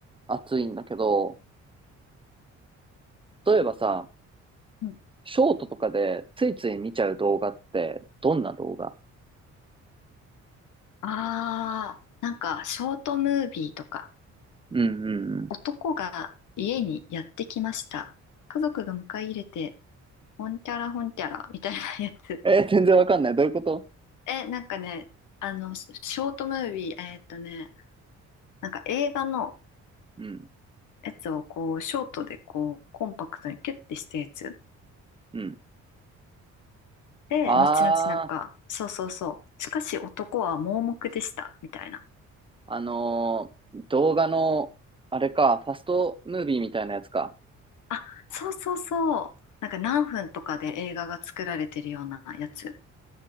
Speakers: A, on the right; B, on the left.
A: 熱いんだけど、例えばさ、
B: うん
A: ショートとかでついつい見ちゃう動画って、どんな動画
B: ああ、なんか、ショートムービーとか、
A: うんうんうん。
B: 男が家にやってきました。家族が迎え入れて、ほんてゃらほんてゃら、みたいな <laughs> やつ。
A: えー全然わかんない。どういうこと
B: え、なんかね、あの、シショートムービー、えーっとね、なんか映画の
A: うん。
B: やつをこう、ショートでこう、コンパクトにキュッてしたやつ。
A: うん。
B: で、
A: あ
B: 後々なんか、そうそうそう。しかし男は盲目でした、みたいな。
A: あのー動画の、あれか、ファストムービーみたいなやつか。
B: あ、そうそうそう。なんか何分とかで映画が作られてるようなやつ。